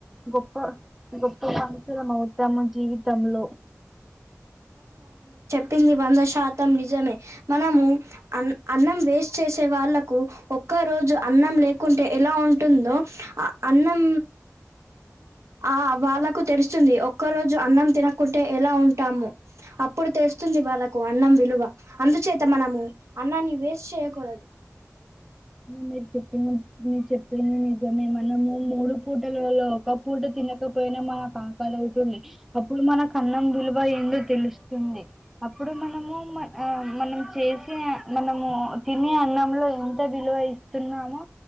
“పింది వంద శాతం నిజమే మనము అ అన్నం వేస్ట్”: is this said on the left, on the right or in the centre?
Right